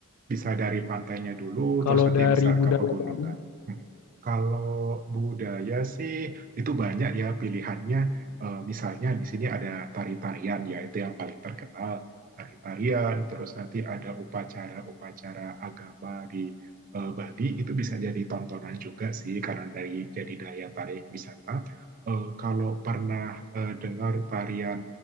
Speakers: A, on the right; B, on the left.
A: Bisa dari pantainya dulu,
B: kalau
A: terus nanti
B: dari
A: bisa
B: budaya
A: ke pegunungan.
B: Bali
A: Mm. Kalau budaya sih itu banyak ya pilihannya. Eh, misalnya di sini ada tari-tarian ya, itu yang paling terkenal. Tari-tarian, terus nanti ada upacara-upacara agama di eh, Bali itu bisa jadi tontonan juga sih karena dari jadi daya tarik wisata. Eh, kalau pernah eh, dengar tarian